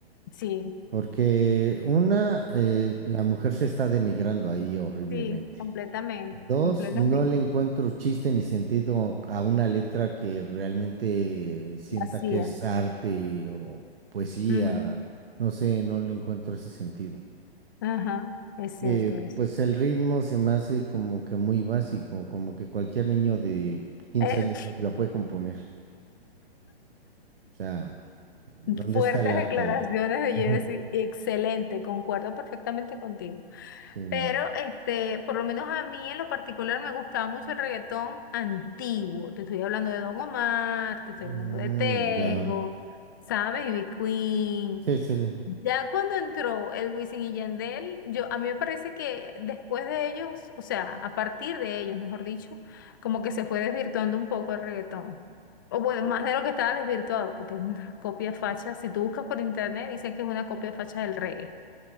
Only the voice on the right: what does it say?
Porque una, eh, la mujer se está denigrando ahí horriblemente.
Dos,
no le encuentro chiste ni sentido a una letra que realmente sienta
que es arte o poesía.
No sé, no le encuentro ese sentido.
Eh,
pues el ritmo se me hace como que muy básico, como que cualquier niño de quince
años lo puede componer. O sea, ¿dónde
está el arte
ahí? <laughs>
Ujú.
Sí, no.
Mm,
ya.
Sí, sí.